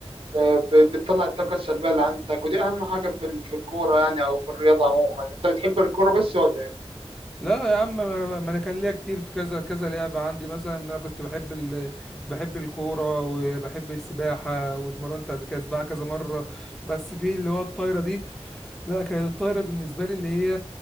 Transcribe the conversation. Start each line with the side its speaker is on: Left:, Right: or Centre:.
Right: ب- بتطلع الطاقه السلبيه اللي عندك ودي اهم حاجه في ال- في الكوره يعني او في الرياضه عموما انت بتحب الكوره بس ولا إيه؟
Centre: لا يا عم ما انا ما أنا كان ليا كتير في كذا كذا لعبه عندي مثلا ان انا كنت بحب ال... بحب الكوره وبحب السباحه واتمرنت قبل كده سباحه كذا مره بس في اللي هو الطايره دي لا كانت الطايرة بالنسبة لي اللي هي